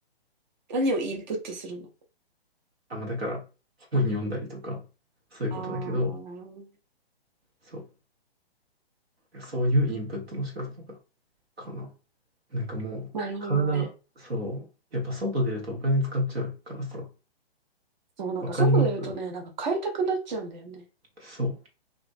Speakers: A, on the right; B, on the right.
A: 何をインプットするの
B: あ、まあだから本読んだりとか、そういうことだけど、
A: ああ、なるほどね。
B: そう、そういうインプットの仕方とかかな。なんかもう、
A: なるほどね。
B: 体、そう、やっぱ外出るとお金使っちゃうからさ、
A: そう、なんか外出るとね、
B: わかります
A: なんか買いたくなっちゃうんだよね。
B: そ